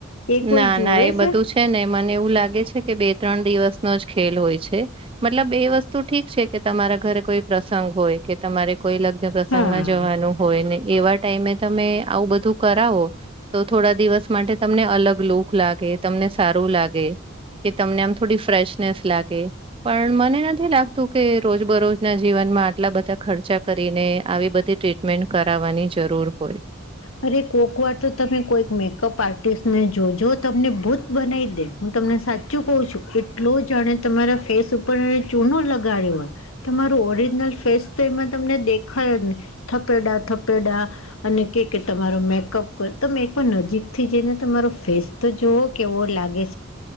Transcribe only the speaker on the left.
એ કોઈ
જોવે
છે?
હા
અરે કોઈક વાર તો તમે કોઈક મેકઅપ આર્ટિસ્ટને જોજો તમને ભૂત બનાવી દે. હું તમને સાચું કહું છું એટલો જાણે તમારા ફેસ ઉપર એ ચૂનો લગાડ્યો હોય. તમારું ઓરિજનલ ફેસ તો એમાં તમને દેખાય નને, થપેડા થપેડા. અને કે કે તમારો મેકઅપ કર તમે એકવાર નજીકથી જઈને તમારો ફેસ તો જોવો કેવો લાગે.